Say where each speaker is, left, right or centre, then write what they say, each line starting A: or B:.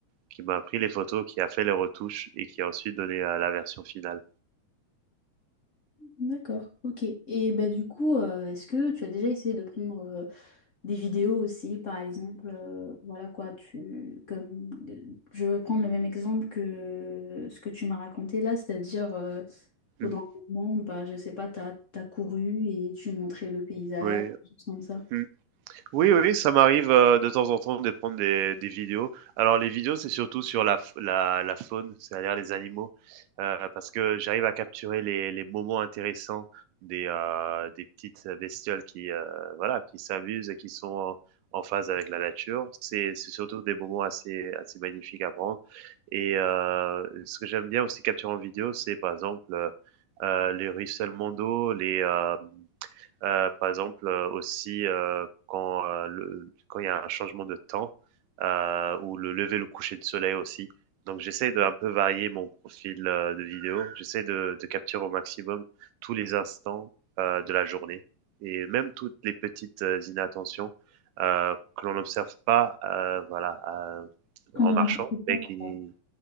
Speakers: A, on the right; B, on the left.
A: qui m'a pris les photos, qui a fait les retouches et qui a ensuite donné, heu, la version finale.
B: D'accord, ok. Et bah du coup euh, est-ce que tu as déjà essayé de prendre euh, Des vidéos aussi, par exemple, euh, voilà quoi, tu, comme, je vais prendre le même exemple que ce que tu m'as raconté là, c'est-à-dire euh,
A: Mmh.
B: pendant un moment, bah, je sais pas, t'as, t'as couru et tu montrais le paysage,
A: Oui.
B: des choses comme ça.
A: Mmh. Oui, oui, ça m'arrive euh, de temps en temps de prendre des, des vidéos. Alors les vidéos, c'est surtout sur la, f- la, la faune, c'est-à-dire les animaux, euh, parce que j'arrive à capturer les, les moments intéressants des, euh, des petites bestioles qui, euh, voilà, qui s'amusent et qui sont en, en phase avec la nature. C'est, c'est surtout des moments assez, assez magnifiques à prendre. Et euh, ce que j'aime bien aussi capturer en vidéo, c'est par exemple euh, euh, les ruissellements d'eau, les, euh, euh, par exemple, euh, aussi euh, quand euh, le, quand il y a un changement de temps euh, ou le lever, le coucher de soleil aussi. Donc j'essaie de un peu varier mon profil euh, de vidéo. J'essaie de, de capturer au maximum tous les instants euh, de la journée et même toutes les petites euh, inattentions euh, que l'on n'observe pas, euh, voilà, euh,
B: Qu'on
A: en
B: ne remarque
A: marchant,
B: pas,
A: mais qui,
B: quoi.